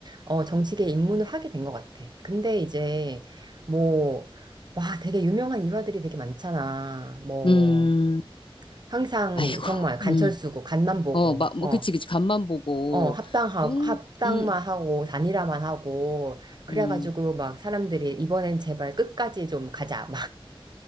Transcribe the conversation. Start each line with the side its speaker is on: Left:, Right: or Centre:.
Right: 어, 정치계에 입문을 하게 된 것 같아. 근데 이제 뭐 와, 되게 유명한 일화들이 되게 많잖아. 뭐
Left: 음,
Right: 항상
Left: 아이고,
Right: 정말 간철
Left: 응.
Right: 쓰고 간만 보고
Left: 어, 막, 뭐,
Right: 어.
Left: 그치, 그치, 간만 보고,
Right: 어, 합당하고,
Left: 멍,
Right: 합당만
Left: 응,
Right: 하고, 단일화만 하고, 그래가지고
Left: 응.
Right: 막 사람들이 이번엔 제발 끝까지 좀 가자.